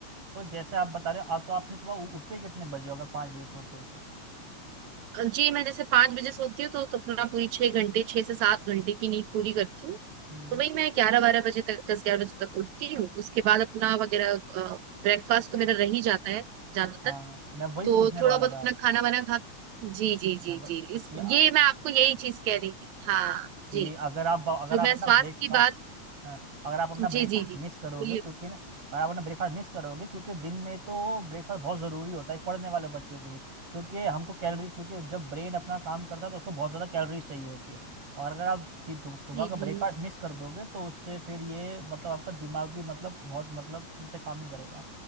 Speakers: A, on the right; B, on the right.
A: तो जैसे आप बता रहे हो आप तो आप फिर सुबह उ- उठते कितने बजे हो अगर पाँच बजे सोते हो तो
B: जी मैं जैसे पांच बजे सोती हूँ तो तो अपना पूरी छह घंटे छह से सात घंटे की नींद पूरी करती हूँ
A: हम्म
B: तो वही मैं ग्यारह बारह बजे तक दस ग्यारह बजे तक उठती हूँ उसके बाद अपना वगैरह ब्रेकफास्ट तो मेरा रह ही जाता है ज्यादातर
A: हाँ मैं वही
B: तो
A: पूछने वाला
B: थोड़ा बहुत
A: था
B: अपना खाना वाना खा जी जी जी
A: मैं वही
B: जी इस
A: कि, आ,
B: ये मैं आपको यही चीज कह रही थी हाँ
A: कि
B: जी
A: अगर आप अगर
B: जो
A: आप
B: मैं
A: अपना
B: स्वास्थ्य
A: ब्रेकफास्ट
B: की बात
A: हाँ अगर आप अपना ब्रेकफास्ट
B: जी जी जी
A: मिस करोगे
B: बोलिए
A: क्योंकि ना अगर आप अपना ब्रेकफास्ट मिस करोगे क्योंकि दिन में तो ब्रेकफास्ट बहुत ज़रूरी होता है पढ़ने वाले बच्चों के लिए क्योंकि हमको कैलोरीज क्योंकि जब ब्रेन अपना काम करता है तो उसको बहुत ज़्यादा कैलोरीज चाहिए होती है और अगर आप सी- दो- सुबह
B: जी
A: का ब्रेकफास्ट
B: जी
A: मिस कर दोगे तो उससे फिर ये मतलब आपका दिमाग भी मतलब बहुत मतलब ठीक से काम नहीं करेगा